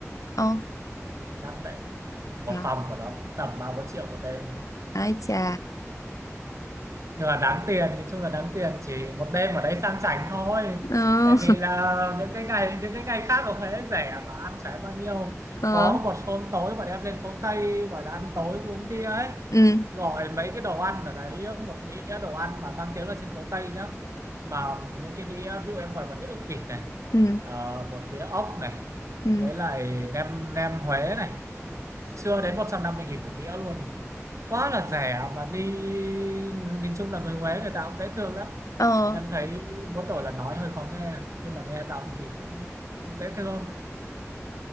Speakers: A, on the left (about 80°); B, on the right (about 70°).
A: ờ
B: đắt đấy một
A: yeah.
B: phòng của nó cũng tầm ba bốn triệu một đêm
A: ai chà
B: nhưng mà đáng tiền nói chung là đáng tiền chỉ một đêm ở đấy sang chảnh thôi
A: ờ
B: tại vì là những cái ngày những cái ngày khác ở Huế rẻ mà ăn chả bao nhiêu
A: <laughs> ờ
B: có một hôm tối bọn em lên phố Tây gọi là ăn tối với uống bia ấy
A: ừ
B: gọi mấy cái đồ ăn ở đấy một đĩa đồ ăn mà mang tiếng là trên phố Tây nhá mà những cái đĩa ví dụ em gọi một đĩa ức vịt này
A: ừ
B: ờ, một đĩa ốc này
A: ừ
B: với lại nem nem Huế này chưa đến một trăm năm mươi nghìn một đĩa luôn quá là rẻ mà đi nhìn chung là người Huế người ta cũng dễ thương lắm
A: ờ
B: em thấy mỗi tội là nói hơi khó nghe nhưng mà nghe giọng thì cũng cũng dễ thương